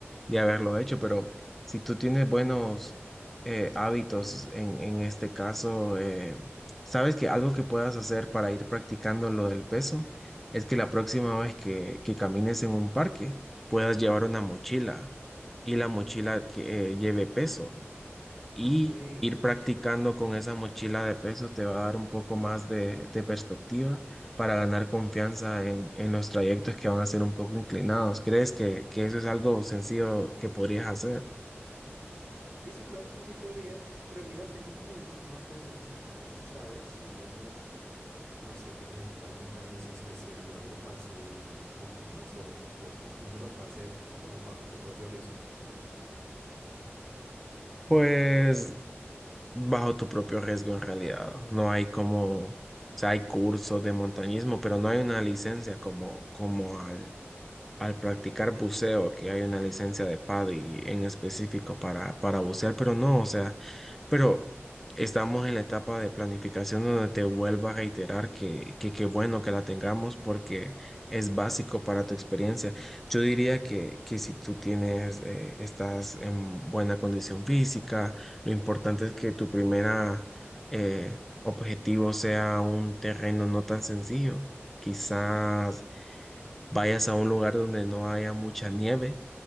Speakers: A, in the centre; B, on the right.
A: de haberlo hecho, pero si tú tienes buenos eh, hábitos en, en este caso, eh, sabes que algo que puedas hacer para ir practicando lo del peso es que la próxima vez que, que camines en un parque puedas llevar una mochila y la mochila que eh, lleve peso y
B: Ah, ok, entiendo,
A: ir practicando
B: sí.
A: con esa mochila de peso te va a dar un poco más de, de perspectiva para ganar confianza en, en los trayectos que van a ser un poco inclinados. ¿Crees que, que eso es algo sencillo que podrías hacer?
B: Sí, sí, claro, sí, sí podría, pero mira, tengo como una, una preguntita, tú sabes, si digamos... No sé, yo necesito algún permiso especial o algo para subir montañas o, o uno lo puede hacer como bajo su propio riesgo.
A: Pues bajo tu propio riesgo en realidad. No hay como, o sea, hay cursos de montañismo, pero no hay una licencia como, como al, al practicar buceo, que hay una licencia de PADI en específico para, para bucear, pero no, o sea, Pero estamos en la etapa de planificación donde te vuelvo a reiterar que que qué bueno que la tengamos porque es básico para tu experiencia. Yo diría que, que si tú tienes, eh, estás en buena condición física, lo importante es que tu primera eh, objetivo sea un terreno no tan sencillo. Quizás vayas a un lugar donde no haya mucha nieve